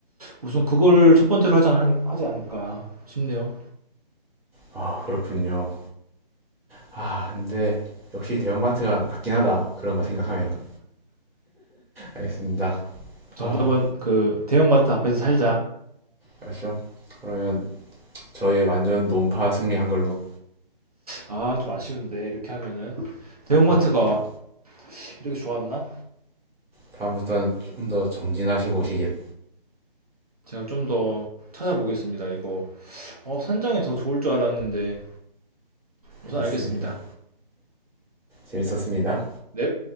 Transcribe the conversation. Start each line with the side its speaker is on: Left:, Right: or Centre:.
Right: 우선 그걸 첫 번째로 하지, 않, 하지 않을까 싶네요
Centre: 아 그렇군요 아 근데 역시 대형마트가 낫긴 하다 그런 거 생각하면 알겠습니다
Right: 정답은
Centre: 아
Right: 그 대형마트 앞에서 살자
Centre: 알았죠 그러면 저의 완전 논파 승리한 걸로
Right: 아 좀 아쉬운데 이렇게 하면은 대형마트가
Centre: 아, 다,
Right: 이렇게 좋았나
Centre: 다음부터는 좀 더 정진하시고 오시길
Right: 제가 좀 더 찾아보겠습니다 이거 어 산장이 더 좋을 줄 알았는데 우선
Centre: 알겠습니다
Right: 알겠습니다
Centre: 재밌었습니다
Right: 넵